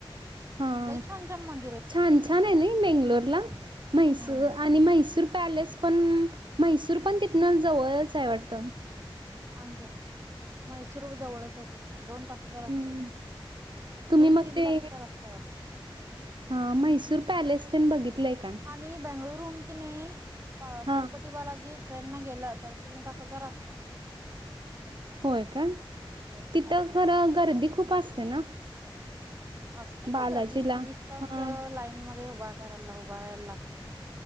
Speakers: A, on the right; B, on the right.
A: हा
B: लई छान छान मन
A: छान छाने नई बांगलोरला म्हैसूर
B: हम्म
A: आणि म्हैसूर पॅलेस पण म्हैसूर पण तिथनच जवळचे वाटतं.
B: मानज मैसूर जवळचे तीथन, दोन तासाचा रस्ताय.
A: हम्म तुम्ही
B: दोन
A: मग
B: तीन
A: ते
B: तासाचा रस्ता वाटत.
A: हा म्हैसूर पॅलेस तेन बघितलंय का?
B: आणि बेंगळुरहून किनी
A: हा
B: तिरुपती बालाजी ट्रेन न गेलं तर तीन तासाचा रस्ताय.
A: होय का?
B: आहे.
A: तिथं खर गर्दी खूप असते ना.
B: असते
A: बालाजीला?
B: की गर्दी चोवीस तास
A: हां
B: लाईन मध्ये उभ घराला उभा राहायला लागतं